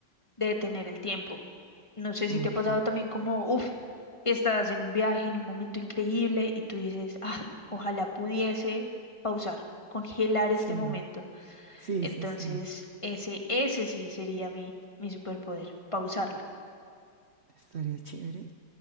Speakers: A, on the left; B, on the right.
A: de detener el tiempo. No sé si
B: Ok,
A: te ha pasado también como, uff, estás en un viaje, en un momento increíble y tú dices, ah, ojalá pudiese pausar, congelar este
B: sí,
A: momento.
B: sí,
A: Entonces,
B: sí, sí.
A: ese, ese sí sería mi, mi superpoder, pausarlo.
B: Estaría chévere,